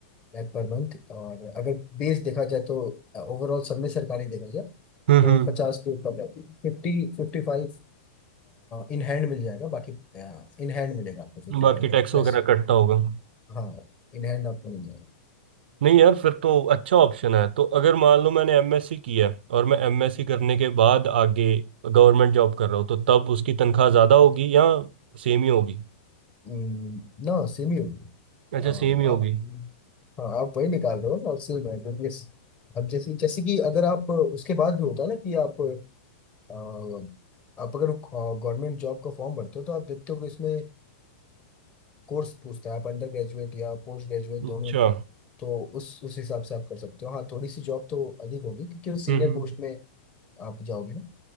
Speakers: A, on the left; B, on the right.
A: लाख पर मंथ और अगर बेस देखा जाए तो ओवरऑल सब में सरकारी देखा जाए
B: हम्म
A: तो
B: हम्म
A: पचास के ऊपर रहती है फिफ्टी फिफ्टी फाइव इन हैंड मिल जाएगा बाकी इन हैंड मिलेगा आपको फिफ्टी
B: बाकी
A: फाइव
B: टैक्स
A: प्लस
B: वगैरह कटता होगा हम्म
A: हाँ इन हैंड आपको मिल जाएगा
B: नहीं यार फिर तो अच्छा ऑप्शन है तो अगर मान लो मैंने एमएससी किया है और मैं एमएससी करने के बाद आगे गवर्नमेंट जॉब कर रहा हूँ तो तब उसकी तनख्वाह ज़्यादा होगी या सेम ही होगी
A: हम्म, ना सेम ही होगी
B: अच्छा
A: हाँ,
B: सेम ही होगी
A: आप हाँ आप वही निकाल रहे हो ना और सेम है क्योंकि इस- अब जैसे जैसे कि अगर आप उसके बाद भी होता है ना कि आप अ, आप अगर गवर्नमेंट जॉब का फॉर्म भरते हो तो आप देखते हो कि इसमें कोर्स पूछता है आप अंडर ग्रेजुएट या पोस्ट ग्रेजुएट दोनों
B: अच्छा
A: तो उस उस हिसाब से आप कर सकते हो हाँ थोड़ी सी जॉब तो अधिक होगी क्योंकि वो सीनियर
B: हम्म हम्म,
A: पोस्ट में आप जाओगे